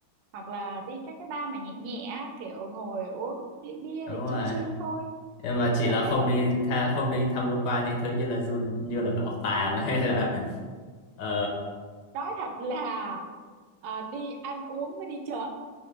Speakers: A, on the right; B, on the left.
A: hoặc là đi các cái bar mà nhẹ nhẹ kiểu ngồi uống ly bia
B: đúng
A: để
B: rồi.
A: chill chill thôi
B: Nhưng mà chỉ
A: loại
B: là
A: thế
B: không
A: thôi
B: đi
A: chứ
B: tha, không đi tham quan những thứ như là du như là bảo tàng <laughs> hay là ờ,
A: nói thật là à, đi ăn uống với đi chợ